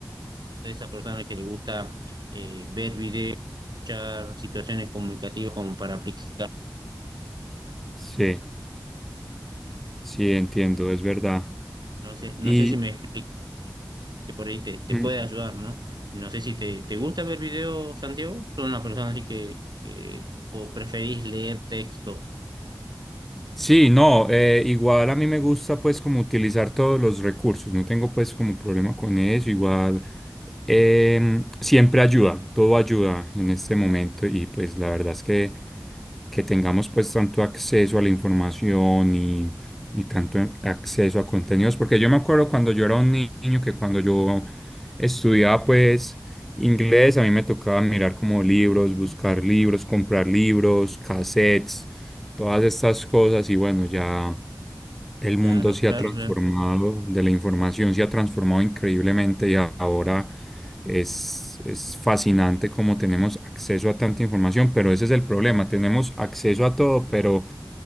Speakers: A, on the right; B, in the centre.
A: a esa persona que le gusta eh, ver videos, escuchar situaciones comunicativas como para aplicar.
B: Sí, sí, entiendo, es verdad.
A: No sé, no
B: Y,
A: sé si me explico, que por ahí te, te
B: mm,
A: puede ayudar, ¿no? No sé si te, te gusta ver videos, Santiago. son una persona así que, que- o preferís leer texto?
B: Sí, no, eh, igual a mí me gusta pues como utilizar todos los recursos, no tengo pues como problema con eso, igual em, siempre ayuda, todo ayuda en este momento y pues la verdad es que que tengamos pues tanto acceso a la información y, y tanto acceso a contenidos, porque yo me acuerdo cuando yo era un niño que cuando yo estudiaba pues inglés, a mí me tocaba mirar como libros, buscar libros, comprar libros, cassettes todas estas cosas y bueno, ya el
A: Claro,
B: mundo se
A: claro,
B: ha transformado,
A: claro.
B: de la información se ha transformado increíblemente y a- ahora es, es fascinante cómo tenemos acceso a tanta información, pero ese es el problema, tenemos acceso a todo, pero,